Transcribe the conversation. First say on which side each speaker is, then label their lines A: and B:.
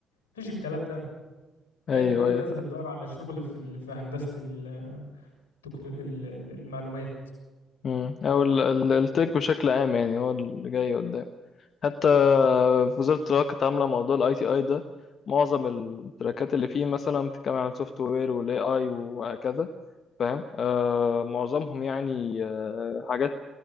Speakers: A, on the left (about 80°); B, on the left (about 55°).
A: مفيش الكلام ده حاليا
B: ايوه
A: كل الناس
B: ايوه
A: بتدور على شغل في ال... في هندسة ال... التكنو- ال- ال- المعلومات
B: مم. او ال- ال- التك بشكل عام يعني هو اللي جاي قدام حتى في وزارة التراك كانت عاملة موضوع الاي تي اي ده معظم التراكات اللي فيه مثلا بتتكلم عن السوفت وير والاي اي وهكذا فاهم آه معظمهم يعني آه حاجات